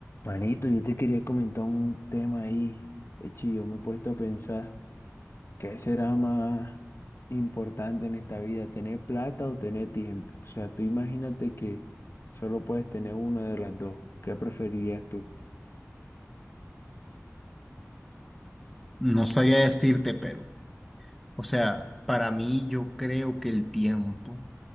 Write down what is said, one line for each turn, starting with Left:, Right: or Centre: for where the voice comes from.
Left: Manito, yo te quería comentar un tema ahí. Hecho, yo me he puesto a pensar, ¿qué será más importante en esta vida, tener plata o tener tiempo? O sea, tú imagínate que solo puedes tener una de las dos. ¿Qué preferirías tú?
Centre: No sabría decirte, pero, o sea, para mí yo creo que el tiempo,